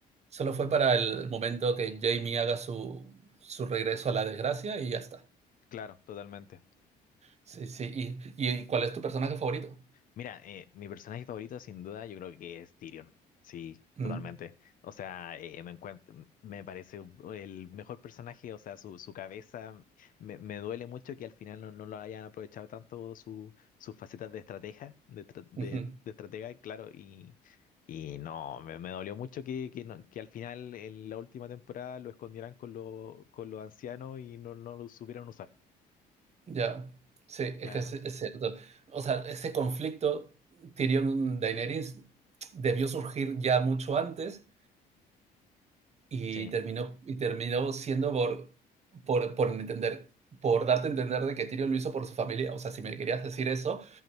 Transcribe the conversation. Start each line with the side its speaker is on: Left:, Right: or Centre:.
Right: solo fue para el momento que Jamie haga su, su regreso a la desgracia y ya está.
Left: Claro, totalmente.
Right: Sí, sí. ¿Y, y cuál es tu personaje favorito?
Left: Mira, eh, mi personaje favorito sin duda yo creo que es Tyrion. Sí, totalmente.
Right: Mm,
Left: O sea, eh, me encuentro, me parece un- el mejor personaje, o sea, su, su cabeza, me, me duele mucho que al final no, no lo hayan aprovechado tanto su, sus facetas de estratega, de, tra- de,
Right: ujú.
Left: de estratega, claro, y, y no, me, me dolió mucho que, que, no- que al final en la última temporada lo escondieran con lo con los ancianos y no, no lo supieran usar.
Right: Ya, sí,
Left: Claro,
Right: es que es, es cierto. O sea, ese conflicto Tyrion-Daenerys debió surgir ya mucho antes y
Left: sí,
Right: terminó, y terminó siendo por, por, por entender, por darte a entender de que Tyrion lo hizo por su familia. O sea, si me querías decir eso,